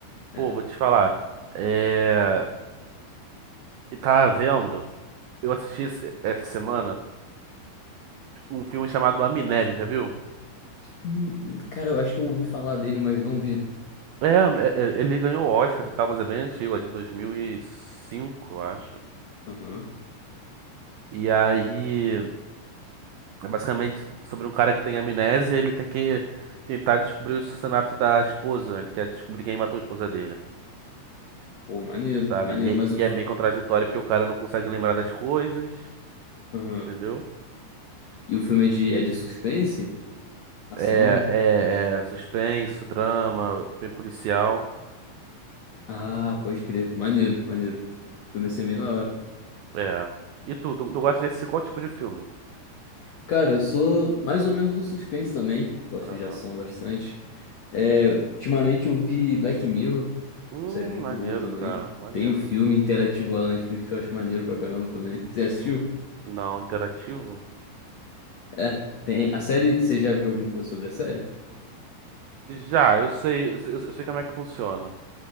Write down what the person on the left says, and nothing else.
É.
Hum, Cara, eu acho que eu ouvi falar dele, mas não vi.
Aham.
Pô, maneiro,
maneiro,
mas
o.
Aham.
E o filme é de, é de suspense? Ação?
Ah, pode crer. Maneiro, maneiro. O filme assim, é ser bem na hora.
Cara, eu sou mais ou menos do suspense também. Gosto
de ação bastante. É, ultimamente eu vi Black Mirror,
série muito
boa também.
Tem o filme interativo lá na Netflix que eu acho maneiro pra caramba também. Você assistiu?
É, tem. A série, você já viu alguma coisa sobre a série?